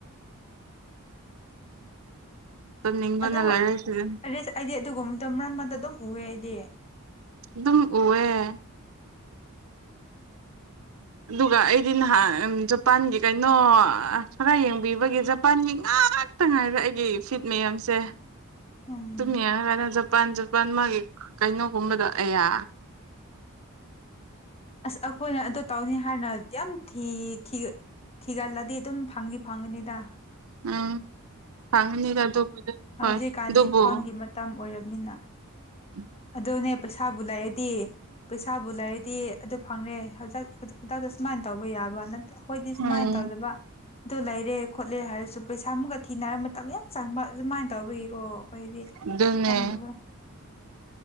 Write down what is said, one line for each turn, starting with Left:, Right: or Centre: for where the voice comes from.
Right: ꯆꯠꯅꯤꯡꯕꯅ
Left: ꯑꯗꯨꯝ
Right: ꯂꯣꯏꯔꯦ ꯁꯤꯗ
Left: ꯑ ꯑꯩꯗꯤ ꯑꯗꯨꯒꯕ ꯃꯔꯛ ꯃꯔꯗ ꯑꯗꯨꯝ ꯎꯑꯦ ꯑꯩꯗꯤ
Right: ꯑꯗꯨꯝ ꯎꯑꯦ ꯑꯗꯨꯒ ꯑꯩꯗꯤ ꯅꯍꯥꯟ ꯖꯄꯥꯟꯒꯤ ꯀꯩꯅꯣ ꯈꯔ ꯌꯦꯡꯕꯤꯕꯒꯤ ꯖꯄꯥꯟꯒꯤ ꯉ ꯉꯥꯛꯇ ꯉꯥꯏꯔ ꯑꯩꯒꯤ ꯐꯤꯠ ꯃꯌꯥꯝꯁꯦ
Left: ꯎꯝ
Right: ꯇꯨꯝꯃꯦ ꯍꯥꯏ ꯀꯥꯟꯗ ꯖꯄꯥꯟ ꯖꯄꯥꯟ ꯃꯥꯒꯤ ꯀꯩꯅꯣꯒꯨꯝꯕꯗꯣ ꯑꯌꯥ
Left: ꯑꯁ ꯑꯩꯈꯣꯏꯅ ꯑꯗꯨ ꯇꯧꯅꯤ ꯍꯥꯏꯥꯟꯅ ꯌꯥꯝ ꯊꯤ ꯊꯤ ꯊꯤꯒꯜꯂꯗꯤ ꯑꯗꯨꯝ ꯐꯪꯅꯤ ꯐꯪꯉꯅꯤꯗ
Right: ꯎꯝ ꯐꯉꯅꯤꯒꯗꯗ
Left: ꯍꯧꯖꯤꯛꯀꯥꯟꯗꯤ
Right: ꯍꯣꯏ ꯗꯕꯣ
Left: ꯐꯣꯟꯒꯤ ꯃꯇꯝ ꯑꯣꯏꯔꯕꯅꯤꯅ
Right: ꯎꯝ
Left: ꯑꯗꯨꯅꯦ ꯄꯩꯁꯥꯕꯨ ꯂꯥꯛꯑꯗꯤ ꯄꯩꯁꯥꯕꯨ ꯂꯩꯔꯗꯤ ꯑꯗꯨ ꯐꯪꯔꯦ ꯍꯖꯤꯛ ꯈꯨꯗꯥꯛꯇ ꯁꯨꯃꯥꯏꯅ ꯇꯧꯕ ꯌꯥꯕ ꯅꯠꯇ꯭ꯔ ꯑꯩꯈꯣꯏꯗꯤ ꯁꯨꯃꯥꯏꯅ
Right: ꯎꯝ
Left: ꯇꯧꯗꯕ ꯑꯗꯨ ꯂꯩꯔꯦ ꯈꯣꯠꯂꯦ ꯍꯥꯏꯔꯁꯨ ꯄꯩꯁꯥ ꯑꯃꯨꯛꯀ ꯊꯤꯅꯔꯕ ꯃꯇꯝ ꯌꯥꯝ ꯆꯪꯕ ꯑꯗꯨꯃꯥꯏꯅ ꯇꯧꯕꯒꯤꯀꯣ ꯑꯩꯈꯣꯏꯗꯤ
Right: ꯑꯗꯨꯅꯦ
Left: ꯌꯥꯝꯗꯕ